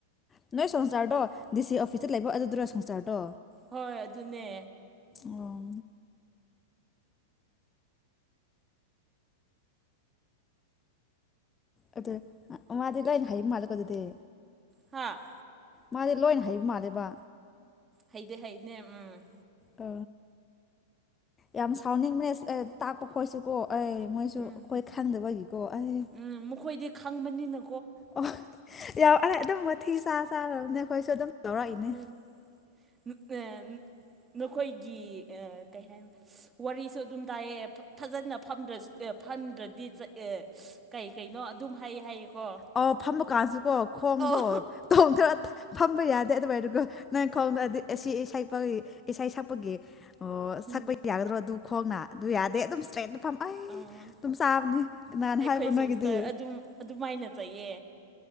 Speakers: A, on the left (about 20°); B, on the right (about 20°).
A: ꯅꯣꯏ ꯁꯪꯁꯥꯔꯗꯣ ꯗꯤ ꯁꯤ ꯑꯣꯐꯤꯁꯇ ꯂꯩꯕ ꯑꯗꯨꯗꯨꯔꯣ ꯁꯪꯁꯥꯔꯗꯣ
B: ꯍꯣꯏ ꯑꯗꯨꯅꯦ
A: ꯑꯣ ꯑꯗꯨ ꯃꯥꯗꯤ ꯂꯥꯏꯅ ꯍꯥꯏ ꯃꯥꯜꯂꯦꯀꯣ ꯑꯗꯨꯗꯤ
B: ꯍꯥ
A: ꯃꯥꯗꯤ ꯂꯣꯏꯅ ꯍꯩꯕ ꯃꯥꯜꯂꯦꯕ
B: ꯍꯩꯗꯤ ꯍꯩꯕꯅꯦ ꯎꯝ
A: ꯑ ꯌꯥꯝ ꯁꯥꯎꯅꯤꯡ ꯢꯁ ꯇꯥꯛꯄ ꯈꯣꯠꯁꯨꯀꯣ ꯑꯩꯁ ꯃꯣꯏꯁꯨ
B: ꯎꯝ
A: ꯑꯩꯈꯣꯏ ꯈꯪꯗꯕꯒꯤꯀꯣ ꯑꯩ
B: ꯎꯝ ꯃꯈꯣꯏꯗꯤ ꯈꯪꯕꯅꯤꯅ
A: ꯑꯣ ꯌꯥꯎꯌꯦ ꯑꯗꯨꯝ ꯋꯥꯊꯤ ꯆꯥ ꯆꯥꯔꯕꯅꯦ ꯑꯩꯈꯣꯏꯁꯨ ꯑꯗꯨꯝ ꯇꯧꯔꯛꯏꯅꯦ
B: ꯎꯝ ꯅꯈꯣꯏꯒꯤ ꯀꯩ ꯍꯥꯏ ꯋꯥꯔꯤꯁꯨ ꯑꯗꯨꯝ ꯇꯥꯢꯑꯦ ꯐꯖꯅ ꯐ꯭ꯔꯁꯨ ꯐꯝꯗ꯭ꯔꯗꯤ ꯑꯦ ꯀꯩ ꯀꯩꯅꯣ ꯑꯗꯨꯝ ꯍꯥꯏꯌꯦ ꯍꯥꯏꯌꯦꯀꯣ
A: ꯑꯥꯎ ꯐꯝꯃꯒꯥꯟꯁꯨꯀꯣ ꯈꯣꯡꯗꯣ
B: ꯑꯣ
A: ꯇꯣꯡꯗ꯭ꯔ ꯐꯝꯕ ꯌꯥꯗꯦ ꯑꯗꯨꯋꯥꯏꯗꯨꯒ ꯅꯪ ꯈꯣꯡꯗꯣ ꯑꯁꯤ ꯁ ꯏꯁꯩ ꯁꯛꯄꯒꯤ ꯑꯣ
B: ꯎꯝ
A: ꯁꯛꯄ ꯌꯥꯒꯗ꯭ꯔꯣ ꯑꯗꯨ ꯈꯣꯡꯅ ꯑꯗꯨ ꯌꯥꯗꯦ ꯑꯗꯨꯝ ꯏꯁꯇ꯭ꯔꯦꯠ ꯐꯝꯝ ꯑꯩ
B: ꯑꯥ
A: ꯑꯗꯨꯝ ꯆꯥꯕꯅꯤ ꯀꯅꯥꯅ
B: ꯑꯩꯈꯣꯏ
A: ꯍꯥꯏꯕ
B: ꯁꯣꯡꯁꯇꯔ
A: ꯅꯣꯏꯒꯤꯗꯤ
B: ꯑꯗꯨꯝ ꯑꯗꯨꯃꯥꯏꯅ ꯆꯩꯌꯦ